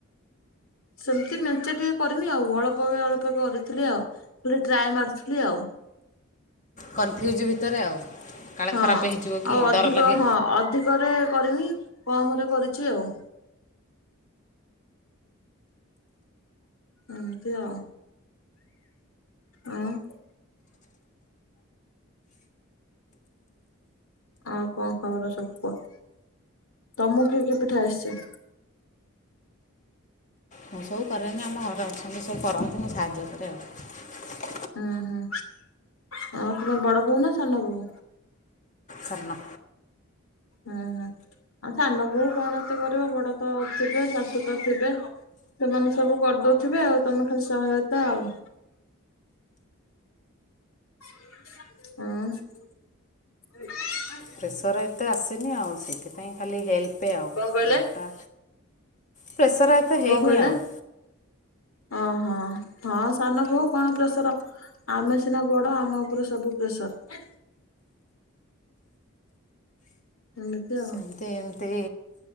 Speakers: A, on the left (about 75°); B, on the left (about 35°).
A: ସେମିତି ମେଞ୍ଚେ ଟିକେ କରିନି ଆଉ ଅଳ୍ପ ଅଳ୍ପ କରି ଥିଲି ଆଉ ଖଲି ଟ୍ରାଏ ମାରୁଥିଲି ଆଉ
B: କନଫ୍ୟୁଜ୍ ଭିତରେ ଆଉ କାଳେ
A: ହଁ
B: ଖରାପ ହେଇଯିବ କି
A: ଆଉ ଅଧିକ
B: ଡର ଲାଗେ
A: ହଁ ଅଧିକରେ କରିନି କମରେ କରିଛି ଆଉ ଏମିତି ଆଉ ଉମଂ ଆଉ କଣ ଖବର ସବୁ କୁହ, ତମ କିଏ କି ପିଠା ଆସେ?
B: ମୁଁ ସବୁ କରେନି, ଆମ ଘରେ ଅଛନ୍ତି ସବୁ କରନ୍ତି। ମୁଁ ସାହାଯ୍ୟ କରେ ଆଉ।
A: ହୁଁ ହୁଁ ହ ତୁମେ ବଡ ବୋହୁ ନା ସାନ ବୋହୁ?
B: ସାନ।
A: ହୁଁ ହୁଁ ଆଉ ସାନ ବୋଉ କଣ ଏତେ କରିବ ବଡ ତ ଥିବେ, ଶାଶୁ ତ ଥିବେ ସେମାନେ ସବୁ କରିଦଉଥିବେ ଆଉ। ତମେ ଖାଲି ସହାୟତା ଆଉ। ଉଁ।
B: ପ୍ରେସର ଏତେ ଆସିନି ଆଉ ସେଇଥିପାଇଁ ଖାଲି ହେଲ୍ପ ଆଉ
A: କଣ କହିଲେ?
B: ଯୋଉଟା ପେସର ଏତେ ହେଇନି
A: କଣ କହିଲେ?
B: ଆଉ
A: ଓହୋ ହଁ ସାନ ବୋହୁ କଣ ପ୍ରେସର ଆମେ ସିନା ବଡ ଆମ ଉପରେ ସବୁ ପ୍ରେସର। ଏମିତି ଆଉ
B: ଏମିତି ଏମିତି